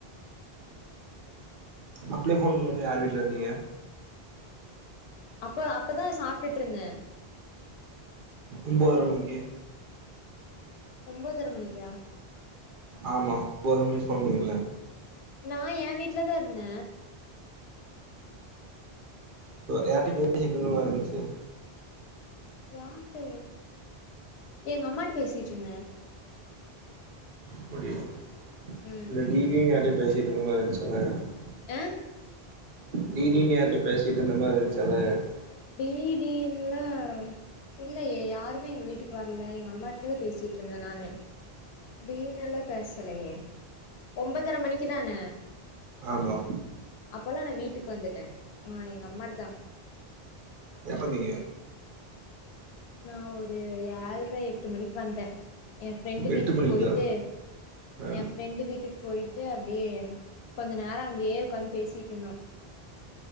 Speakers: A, on the right; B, on the left.
A: அப்ளே போன் பண்ணமோ யார் வீட்ல இருந்தீங்க
B: அப்ப அப்பதான் சாப்ட்டுட் ரிந்த
A: ஒம்பதுர மணிக்கு
B: ஒம்பதர மணிக்கா
A: ஆமா ஒரு நிமிஷன்னீங்களே
B: நா எ வீட்லதா இருந்த
A: யார்டயோ பேசிட்டு இருந்த மாரி இருந்துச்சு
B: யார்ட்ட எங்க அம்மாட்ட பேசிட்டு இருந்த
A: அப்படியா
B: ம்
A: இல்ல டி டினு யார்ட்டயோ பேசிட்டு இருந்த மாரி இருந்துச்சு அதா கேட்ட
B: அ
A: டி டினு யார்ட்ட பேசிட்டு இருந்த மாரி இருந்துச்சு அதான் கேட்ட
B: டி டி ன்னா இல்லயே யாருமே எங்க வீட்டுக்கு வரல எங்க அம்மாட்டதா பேசிட்டு இருந்த நானு டி னல்லா பேசலயே ஒன்பதர மணிக்குதான
A: ஆமா
B: அப்பல்லா நா வீட்டுக்கு வந்துட்ட ஆ எங்க அம்மாட்டதா
A: எப்ப நீங்க
B: நா ஒரு ஏழ்ர எட்டு மணிக்கு வந்த என் ஃப்ரெண்டு
A: எட்டு
B: வீட்டுக்கு
A: மணிக்கா
B: போய்ட்டு
A: ஆ
B: என் ஃப்ரெண்டு வீட்டுக்கு போய்ட்டு அப்படியே கொஞ்சோ நேர அங்கேயே உக்காந்து பேசிட்டு இருந்தோ